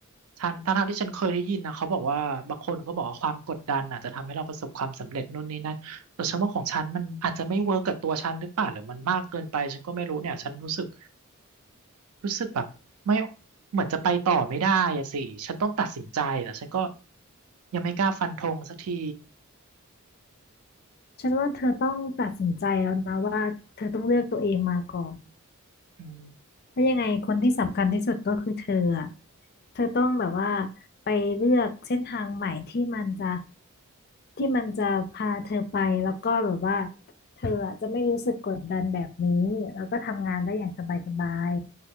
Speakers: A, on the right; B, on the left.
A: ฉันทั้งๆที่ฉันเคยได้ยินนะเขาบอกว่าบางคนก็บอกว่าความกดดันอาจจะทำให้เราประสบความสำเร็จนู่นนี่นั่นแต่ฉันว่าของฉันมันอาจจะไม่เวิร์กกับตัวฉันหรือเปล่าหรือมันมากเกินไปฉันก็ไม่รู้เนี่ยฉันรู้สึกรู้สึกแบบไม่เหมือนจะไปต่อไม่ได้อะสิฉันต้องตัดสินใจแต่ฉันก็ยังไม่กล้าฟันธงสักที
B: ฉันว่าเธอต้องตัดสินใจแล้วนะว่าเธอต้องเลือกตัวเองมาก่อน
A: อืม
B: เพราะยังไงคนที่สำคัญที่สุดก็คือเธออะเธอต้องแบบว่าไปเลือกเส้นทางใหม่ที่มันจะที่มันจะพาเธอไปแล้วก็แบบว่าเธออะจะไม่รู้สึกกดดันแบบนี้แล้วก็ทำงานได้อย่างสบาย